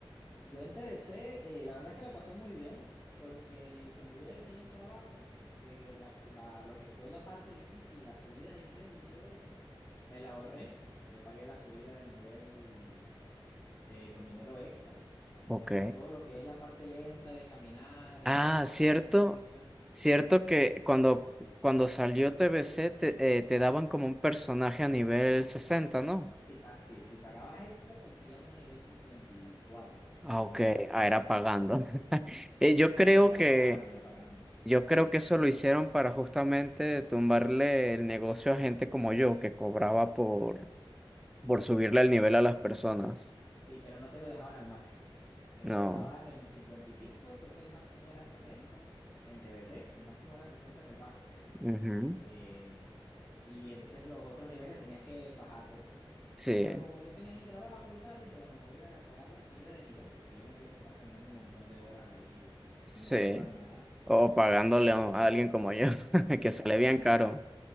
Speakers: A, on the left; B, in the centre.
A: yo en TBC, eh, la verdad es que la pasé muy bien, porque como yo ya yo tenía un trabajo, eh, la- la- lo que fue la parte difícil, la subida de nivel y todo eso, me la ahorré. Yo pagué la subida de nivel eh, con dinero extra. Entonces,
B: Ok.
A: todo lo que es la parte lenta de caminar, de
B: Ah,
A: dar vueltas,
B: cierto,
A: hacer misiones.
B: cierto que cuando, cuando salió TBC te, eh, te daban como un personaje a nivel 60, ¿no?
A: Si, pa- si, si pagabas extra, conseguías uno a nivel 54
B: Ah,
A: si
B: ok,
A: no me equivoco.
B: ah, era pagando. <laughs> Eh, yo
A: Sí,
B: creo
A: era
B: que,
A: pagando, era pagando.
B: yo creo que eso lo hicieron para justamente tumbarle el negocio a gente como yo, que cobraba por, por subirle el nivel a las personas.
A: Sí, pero no te lo dejaban al máximo. Te
B: No.
A: lo dejaban en 50 y pico, creo que el máximo era 70 en TBC, el máximo era 60 en el base, creo, ¿no?
B: Ujú.
A: Eh, y entonces los otros niveles tenías que fajarte tú.
B: Sí,
A: Pero como yo tenía mi trabajo y tal, dije, bueno, me voy a pagar la subida de nivel porque yo no pienso estar caminando un montón de horas ahí
B: sí.
A: sin montura ni nada.
B: O pagándole
A: Y-
B: a a alguien como yo, <laughs> que
A: Exacto.
B: sale bien caro.